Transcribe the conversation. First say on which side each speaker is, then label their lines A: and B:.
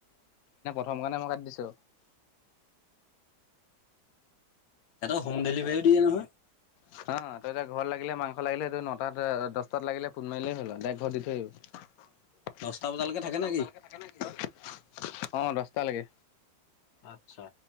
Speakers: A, on the left; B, on the left.
A: প্ৰথম কাৰণে মই কাটি দিছো
B: ইয়াত অ হোম ডেলিভাৰীও দিয়ে নহয়
A: হ তই এতিয়া ঘৰত লাগিলে মাংস লাগিলে সেইটো নটাত দহটাত লাগিলে ফোন মাৰিলেই হল আও‌ ডাইৰেক্ট ঘৰত দি থৈ আহিব।
B: দহটা বজালৈকে
A: দহটা
B: থাকে নেকি?
A: বজালৈকে থাকে নেকি অ দহটালৈকে
B: আচ্ছা